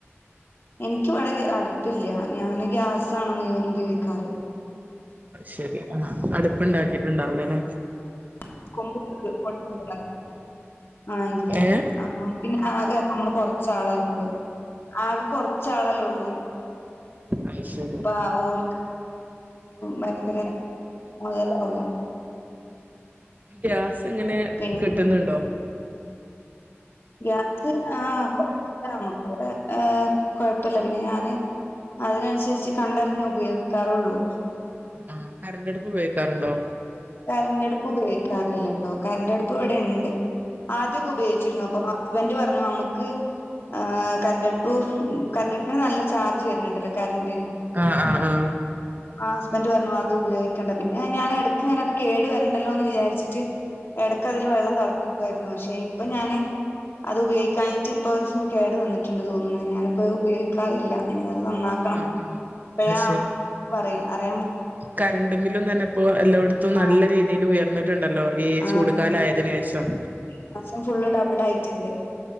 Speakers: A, on the left; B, on the right.
A: എനിക്ക് ഇവടെ അടുപ്പില്ല ഞാന് ഗ്യാസാണ് മുഴുവൻ ഉപയോഗിക്കാറ്
B: അഹ് ശെരി ആഹ് അടുപ്പുണ്ടാക്കിട്ടുണ്ടാവില്ലാല്ലെ
A: <unintelligible> ആഹ് ഇല്ല
B: ഏഹ്
A: ഇല്ല അപ്പം പിന്നെ ആകെ നമ്മള് കൊറച്ചാളല്ലേ ഉള്ളൂ ആകെ കൊറച്ചാളല്ലേ ഉള്ളൂ
B: അയ് ശരി
A: അപ്പ ഓൽക്ക് ഭയങ്കര മുതലാവുലാ <unintelligible>
B: ഗ്യാസ് ഇങ്ങനെ
A: പിന്നെ
B: കിട്ടുന്നുണ്ടോ
A: ഗ്യാസ് ആഹ് കൊഴപ്പില്ല നമുക്ക് അങ്ങനെ കൊഴപ്പില്ല പിന്നെ ഞാന് അത് നൻസര്ച്ച് കണ്ടറിഞ്ഞേഉപയോഗിക്കാറൊള്ളൂ.
B: ആ കറണ്ട് അടുപ്പുപയോഗിക്കാറുണ്ടോ
A: കറണ്ടടുപ്പ് ഉപയോഗിക്കാറില്ല കേട്ടോ കറണ്ടടുപ്പ് ഇവിടെ ഉണ്ട് ആദ്യോക്കെ ഉപയോഗിച്ചിരുന്നു അപ്പൊ ഹസ്ബന്റെ പറഞ്ഞു നമുക്ക് ആഹ് കറണ്ടടുപ്പ് കറണ്ടടുപ്പിന് നല്ല ചാർജ് വരുന്നുണ്ടല്ലോ കറന്റ്
B: ആഹ് ആഹ് ആഹ്
A: ആ ഹസ്ബൻറ് പറഞ്ഞു അത് ഉപയോഗിക്കണ്ട. പിന്നെ ഞാന് എടക്ക്ങ്ങനത് കേടു വരണ്ടല്ലോ എന്ന് വിചാരിച്ചിട്ട് എടക്കതില് വെള്ളം തിളപ്പിക്കുവായിരുന്നു. പക്ഷെ ഇപ്പൊ ഞാനത് അത് ഉപയോഗിക്കാഞ്ഞിട്ട്പ്പൊ കേട് വന്നിട്ടുണ്ട് തോന്ന്ണ്. ഞാനിപ്പോ ഉപയോഗിക്കാറില്ല ഇനി അത് നന്നാക് ക്ക്ണം.
B: ആഹ് ആഹ്
A: പ്പ
B: അത്
A: ആവശ്യ പറ അറിയൻ പ <unintelligible>
B: കറണ്ടും ബില്ലും തന്നെപ്പോ എല്ലോട്ത്തും
A: ആ
B: നല്ല രീതിയിൽ ഉയർ - ന്നിട്ടുണ്ടല്ലോ ഈ
A: ആ
B: ചൂടുകാലയതിന് ശേഷം
A: ഈ മാസം ഫുള്ള് ഡബിളായിട്ടുണ്ട്